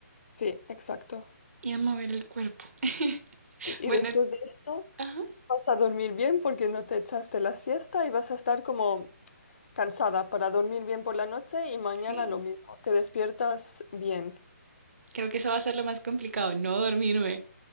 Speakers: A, on the left; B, on the right.
A: Sí, exacto.
B: y a mover el cuerpo. <laughs>
A: Y,
B: Bueno,
A: y después de esto
B: ajá,
A: vas a dormir bien porque no te echaste la siesta y vas a estar como cansada para dormir bien por la noche y mañana
B: sí.
A: lo mismo. Te despiertas bien.
B: Creo que eso va a ser lo más complicado, no dormirme.